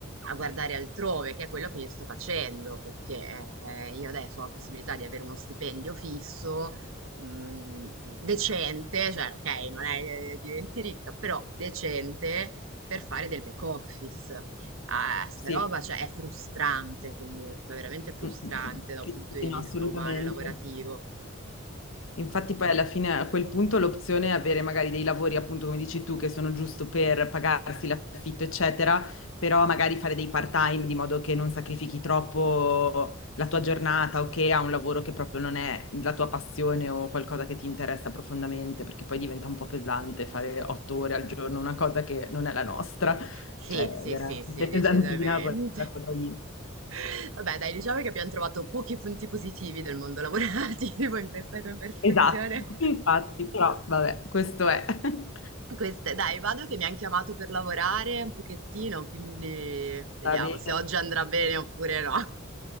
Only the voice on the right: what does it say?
a guardare altrove, che è quello che io sto facendo, perché eh, io adesso ho la possibilità di avere uno stipendio fisso, mh, decente, cioè, ok, non è che diventi ricca, però decente per fare del back office. Ah, sta
roba, cioè, è frustrante comunque, veramente frustrante
dal
punto
di
vista
umano e lavorativo.
Sì,
sì,
sì, sì, decisamente.
<laughs>
Vabbè, dai, diciamo che abbiamo trovato pochi punti positivi del mondo lavorativo in questa conversazione.
Queste, dai, vado che mi hanno chiamato per lavorare un pochettino, quindi vediamo
se oggi andrà bene oppure no.